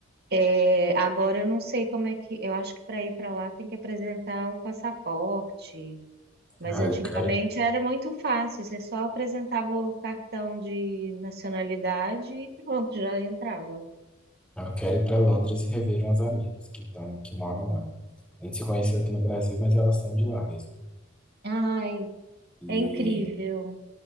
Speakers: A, on the right (about 50°); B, in the centre.
A: É, agora eu não sei como é que. Eu acho que para ir para lá tem que apresentar o passaporte. Mas
B: ah,
A: antigamente
B: eu quero,
A: era muito fácil, você só apresentava o cartão de nacionalidade e pronto, já entrava.
B: eu quero ir para Londres e rever umas amigas que estão, que moram lá. A gente se conheceu aqui no Brasil, mas elas são de lá mesmo.
A: Ai,
B: E,
A: é incrível.